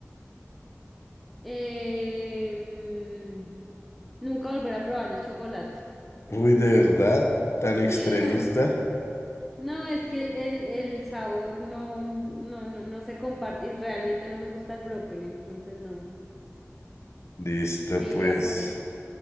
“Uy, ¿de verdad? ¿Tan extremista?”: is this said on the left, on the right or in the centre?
Left